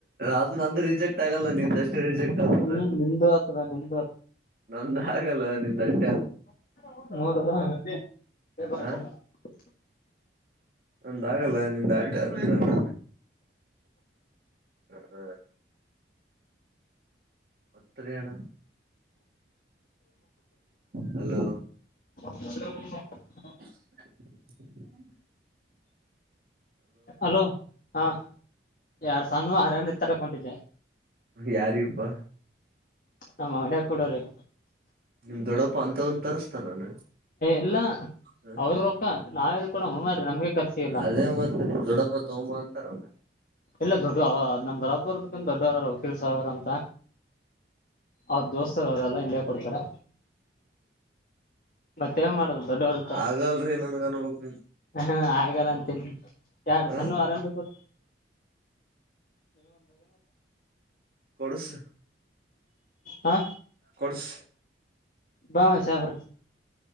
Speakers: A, on the right; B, on the left.
A: ಅದು ನಂದು ರಿಜೆಕ್ಟ್ ಆಗಲ್ಲ ನಿಂದಷ್ಟೇ ರಿಜೆಕ್ಟ್
B: ಹ್ಮ್
A: ಆತ
B: ನಿಮ್ದು ಆತದ ನಿಮ್ದು
A: ನಂದ ಆಗಲ್ಲವಾ ನಿಂದ ಆಯ್ತು
B: <unintelligible>
A: ಹ ನಂದ ಆಗಲ್ಲ ನಿಂದ ಆಯ್ತುದು- ಹ್ಮ ಹ್ಮ ಆಯ್ತ್ ರಿ ಅಣ್ಣ ಹಲೋ
B: <unintelligible>
A: <unintelligible>
B: ಹಲೋ ಹಾ ಎರಡ್ ಸನ್ನುವ ಆರ್ ಎಂ ಡಿ ತಾರಕ ಹೊಂಟಿದೆ
A: ಯಾರಿಗಪಾ
B: <unintelligible>
A: ನಿಮ್ ದೊಡ್ಡಪ್ಪ ಅಂತ ಒಂದ ತರಾಸ್ತಾನ ಏನ್
B: ಇಲ್ಲ
A: ಹ
B: ಅವ್ರ ರೊಕ್ಕ ನಾವೆಲ್ಲಿ ಕೊಡಮ್ಮ ಮಾರಾಯ ನಮ್ಗೆ ಖರ್ಚಿಗಿಲ್ಲ
A: ಅದೇ ಮತ್ತ ನಿಮ್ಮ ದೊಡ್ಡಪ್ಪ ತೊಗೊಂಡ ಬಾ ಅಂತಾರಲ್ಲ
B: ಇಲ್ಲಾ ದುಡ್ಡು ನಮ್ಮ ದೊಡ್ಡಅವರದು ದೊಡ್ಡವಅವರು ವಕೀಲ್ ಸಾಬರ ಅಂತ ಅವರು ದೋಸ್ತರ ಅವರಲ್ಲ ಇಲ್ಲೆ ಕುಡ್ತಾರ್ ಮತ್ತೇನ್ ಮಾಡುದು ದೊಡ್ಡವರ ಇರ್ತಾರ
A: ಆಗಲ್ರಿ ನನ್ಗ ಅನ್ಬಕ್ ನೀ
B: ಹ ಆಗಲ್ಲ ಅಂತಿ ಎಡ್ಡ
A: ಹ
B: ಸನ್ನುವ ಆರ್ ಎಂ ಡಿ ಕೊಡ್ರಿ
A: ಕೊಡ್ಸ
B: ಹಾ
A: ಕೊಡ್ಸ
B: ಹಾ ಸಾಬ್ರ